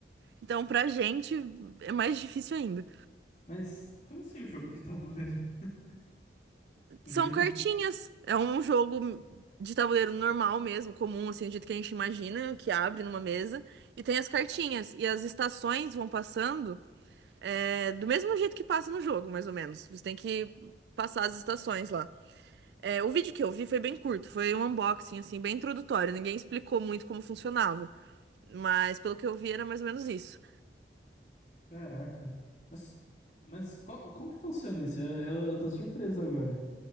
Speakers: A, on the right; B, on the left.
A: Então, pra gente, é mais difícil ainda.
B: Mas como assim um jogo de tabuleiro? <laughs> Um
A: São
B: jogo
A: cartinhas.
B: de.
A: É um jogo de tabuleiro normal mesmo, comum, assim, do jeito que a gente imagina, que abre numa mesa. E tem as cartinhas. E as estações vão passando é, do mesmo jeito que passa no jogo, mais ou menos. Você tem que passar as estações lá. É, o vídeo que eu vi foi bem curto, foi um unboxing, assim, bem introdutório. Ninguém explicou muito como funcionava. Mas pelo que eu vi, era mais ou menos isso.
B: Caraca. Mas, mas qual- como que funciona isso? Eu, eu, eu tô surpreso agora.